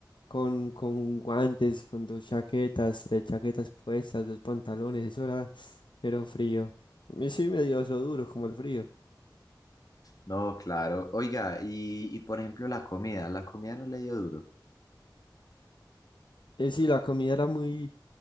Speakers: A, on the left; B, on the left.
A: con, con guantes, con dos chaquetas, tres chaquetas puestas, dos pantalones. Eso era, pero frío. A mí sí me dio eso duro, como el frío.
B: No, claro. Oiga, y, y por ejemplo la comida, la comida no le dio duro.
A: Eh, sí, la comida era muy,